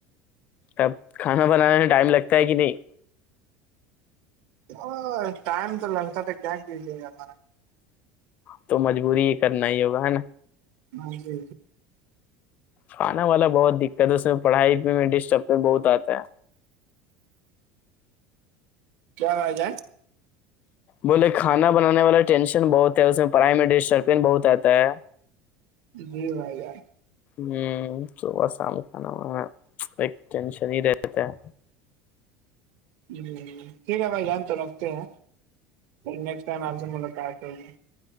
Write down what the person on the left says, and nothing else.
اب کھانا بنانے میں ٹائم لگتا ہے کہ نہیں
تو مجبوری ہی کرنا ہی ہوگا ہے نا
کانا والا بہت دقت ہے اس میں پڑھائی ڈسٹرب بہت آتا ہے
بولے کھانا بنانے والا ٹینشن بہت ہے اس میں پڑھائی میں ڈسٹربین بہت آتا ہے
ہ صبح شام کھانا وانا کو ٹینشن ہی رہتا ہے